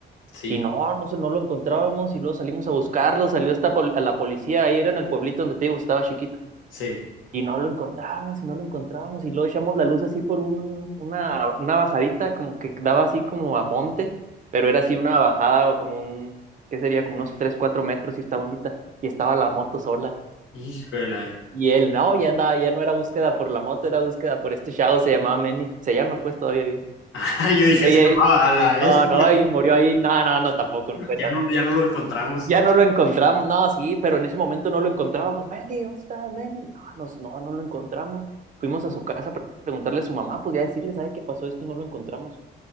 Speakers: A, on the left (about 80°); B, on the right (about 40°).
A: Sí,
B: Y no, no sé, no lo encontrábamos y luego salimos a buscarlo, salió hasta pol- a la policía, ahí era en el pueblito donde te digo, estaba chiquito.
A: sí.
B: Y no lo encontrábamos y no lo encontrábamos y luego echamos la luz así por un, una, una bajadita, como que daba así como a monte, pero era así una bajada o como un, ¿qué sería? Como unos tres cuatro metros y estaba bonita. Y estaba la moto sola.
A: Híjole.
B: Y él, no, ya andaba, ya no era búsqueda por la moto, era búsqueda por este chavo, se llamaba Manny, se llama pues todavía vive.
A: <laughs> Yo
B: Y,
A: dije,
B: y-
A: se llamaba a la vez.
B: no, no, y murió ahí, no, no, no, tampoco, no fue
A: Ya
B: tanto.
A: no, ya no lo encontramos.
B: Ya no lo encontramos, no, sí, pero en ese momento no lo encontrábamos. Manny, ¿dónde está Manny? No, no, no, no lo encontramos. Fuimos a su casa para preguntarle a su mamá, pues ya decirle, ¿sabe qué pasó esto y no lo encontramos?